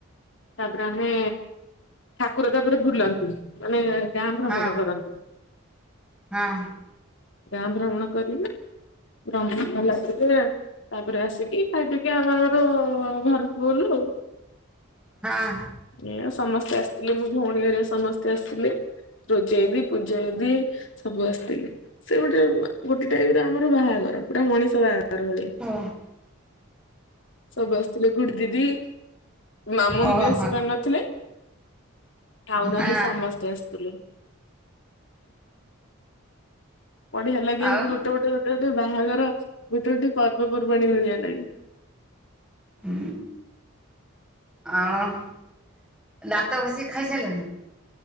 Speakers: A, on the left; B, in the centre.
A: ତାପରେ ଆମେ ଠାକୁର ତାପରେ ବୁଲନ୍ତି ମାନେ ଗାଁ ଭ୍ରମଣ
B: ହଁ
A: କରନ୍ତି।
B: ହଁ।
A: ଗାଁ ଭ୍ରମଣ କରିବେ। ଭ୍ରମଣ କଲା ପରେ ତାପରେ ଆସିକି ଖାଇପିଇ କି ଆମେ ଆମର ଘରକୁ ଗଲୁ ଆଉ।
B: ହଁ।
A: ଏଇଆ ସମସ୍ତେ ଆସିଥିଲେ ମୋ ଭଉଣୀ ଘରିଆ ସମସ୍ତେ ଆସିଥିଲେ ରୋଜେଇଦି ପୂଜାଇଦି ସବୁ ଆସିତିଲେ ସେ ଗୋଟେ ଉଁ ଗୋଟେ ଟାଇପର ଆମର ବାହାଘର ପୁରା ମଣିଷ ବାହା ଘର ଭଳିଆ
B: ଓ
A: ସବୁ ଆସିଥିଲେ ଗୁଡ୍ ଦିଦି ମାମୁଁ ଦିଦି
B: ଓହୋ
A: ଆସି ପାରିନଥିଲେ ଆଉ ନହେଲେ
B: ହଁ
A: ସମସ୍ତେ ଆସତିଲେ ବଢିଆ ଲାଗେ ଏମତି
B: ଆଉ
A: ଗୋଟେ ଗୋଟେ ଗୋଟେ ଗୋଟେ ବାହାଘର ଗୋଟେ ଗୋଟେ ପର୍ବପର୍ବାଣି ଭଳିଆ ଲାଗେ।
B: ହୁଁ ଆଉ ଦାନ୍ତ ଘଷିକି ଖାଇସାରଲଣି।